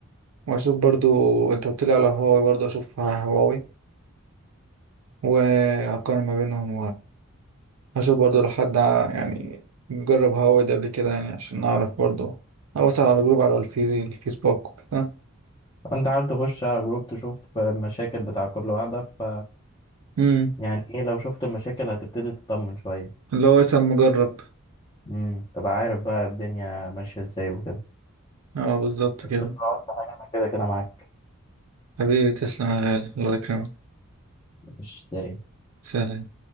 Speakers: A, on the right; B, on the left.
A: واشوف برضو انت قلت لي على هواوي برضو اشوف هواوي واقارن ما بينهم واشوف برضو لو حد ع- يعني جرب هواوي ده قبل كده يعني عشان اعرف برضو اوصل على جروب على الفيزي- الفيسبوك وكده
B: أنت عارف تخش على جروب تشوف آه، مشاكل بتاع كل واحدة ف
A: امم
B: يعني إيه لو شفت مشاكل هتبتدي تطمن شوية
A: اللي هو يسأل مجرب
B: امم تبقى عارف بقى الدنيا ماشية ازاي وكده
A: اه بالظبط
B: بس
A: كده
B: لو عاوزت حاجة أنا كده كده معاك
A: حبيبي تسلم يا غالي الله يكرمك
B: مش داري
A: سلام